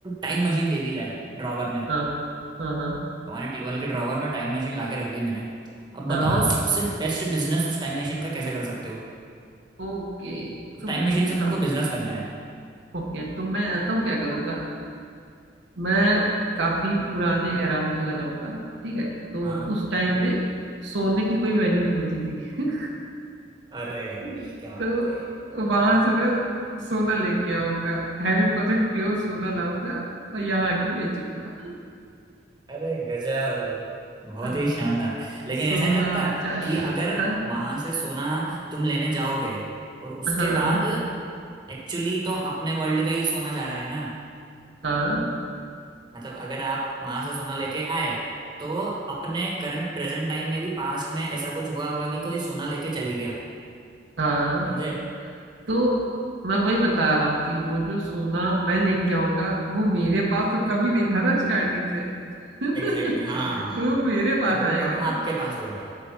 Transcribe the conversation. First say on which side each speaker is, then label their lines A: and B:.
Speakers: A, on the right; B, on the right.
A: टाइम मशीन दे दी जाए ड्रॉवर में
B: हाँ हाँ हाँ
A: तुम्हारे टेबल के ड्रॉवर में टाइम मशीन लाके रख दी मैंने अब बताओ
B: हाँ हाँ
A: सबसे बेस्ट बिजनेस उस टाइम मशीन का कैसे कर सकते हो
B: ओके
A: उस
B: तो
A: टाइम
B: मतलब
A: मशीन
B: ये
A: से तुमको
B: काफी
A: बिजनेस करना है
B: ओके तो मैं तो क्या करूंगा मैं काफी पुराने एरा में चला जाऊंगा ठीक है तो
A: हाँ
B: उस टाइम पे सोने की कोई वैल्यू नहीं होती थी <laughs>
A: अरे
B: ठीक है
A: क्या बात
B: तो
A: है
B: वहां से मैं सोना लेके आऊंगा हंड्रेड परसेंट प्योर सोना लाऊंगा और यहाँ आके बेचूंगा
A: अरे गजब बहुत
B: हाँ,
A: ही शानदार लेकिन
B: सोना
A: ऐसा नहीं लगता
B: चांदी
A: कि अगर
B: हाँ
A: वहां से सोना तुम लेने जाओगे और उसके
B: हाँ
A: बाद
B: हाँ
A: एक्चुअली तो अपने वर्ल्ड का ही सोना जा रहा है ना
B: हाँ
A: मतलब अगर आप वहां से सोना लेके आए तो अपने करंट प्रेजेंट टाइम में भी पास्ट में ऐसा कुछ हुआ होगा कि कोई सोना लेके चले गया
B: हाँ
A: समझे
B: तो मैं वही बता रहा हूँ कि वो जो सोना मैं लेके आऊंगा वो मेरे पास तो कभी नहीं था ना स्टार्टिंग से <laughs>
A: एग्जैक्टली exactly, हाँ
B: तो वो मेरे पास
A: तो वो
B: आएगा
A: अब
B: ना
A: आपके पास होगा